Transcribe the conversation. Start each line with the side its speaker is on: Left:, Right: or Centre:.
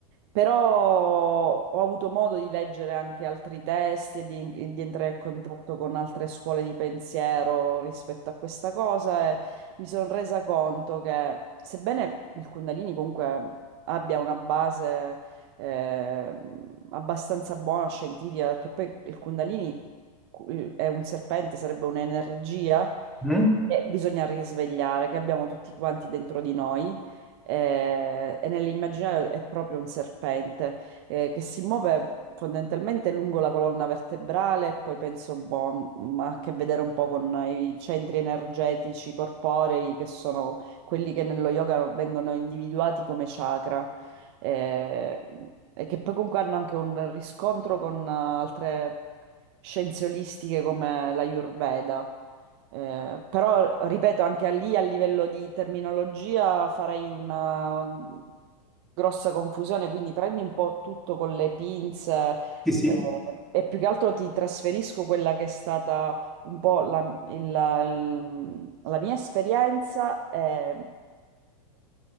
Right: però ho avuto modo di leggere anche altri testi e di, di entrare in contatto con altre scuole di pensiero rispetto a questa cosa e mi sono resa conto che sebbene il Kundalini comunque abbia una base eh, abbastanza buona, scientifica, perché poi il Kundalini è un serpente, sarebbe un'energia
Centre: Mm?
Right: che bisogna risvegliare, che abbiamo tutti quanti dentro di noi. eh, e nell'immaginario è proprio un serpente eh, che si muove fondamentalmente lungo la colonna vertebrale, e poi penso, boh, ma ha a che vedere un po' con i centri energetici corporei che sono quelli che nello yoga vengono individuati come chakra eh, e che poi comunque hanno anche un riscontro con eh, altre scienze olistiche come l'Ayurveda. Eh, però, ripeto, anche a lì a livello di terminologia farei una grossa confusione, quindi prendi un po' tutto con le pinze
Centre: Sì, sì.
Right: eh, e più che altro ti trasferisco quella che è stata un po' la, il- la- il- la mia esperienza e,